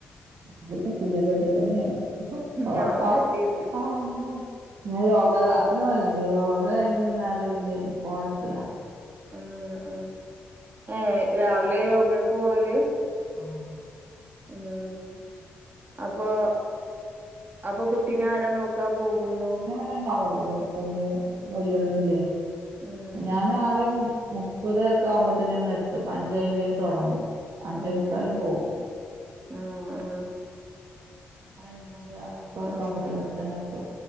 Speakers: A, on the right (about 65°); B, on the right (about 40°).
A: <unintelligible> ഇല്ല ബെഡിൽ തന്നെയാണ് <unintelligible>
B: ഞാനും എത്തിട്ട്
A: ഞാൻ യോഗ ക്ലാസിനു പോവലുണ്ട് യോഗ കഴിഞ്ഞു വന്നാണ്ട് പിന്നെ ഫോൺ എടുത്തതാ
B: ഉം ഉം ഏഹ് രാവിലെ യോഗക്ക് പോകല്
A: ആഹ
B: ഉം അപ്പൊ അപ്പൊ കുട്ടിനെ ആരാ നോക്കു ഇക്കാ പോകുമ്പോ
A: ഓ അതപോണ്ട് വലിയവരും ഇല്ലേ
B: ഉം
A: ഞാൻ
B: ഉം
A: ആറ് മുപ്പത് ഒക്കെ ആകുമ്പത്തിന് തന്നെ എത്തും അഞ്ച് അൻപതിന് തുടങ്ങും അഞ്ചേ
B: ഉം
A: മുക്കാലിനു പോകും
B: ആഹ്
A: ഇരുപത് മുപ്പത്ആകുമ്പഴത്തേക്ക്
B: ആഹ് ഉം
A: അവിടെ തന്നെ എത്തും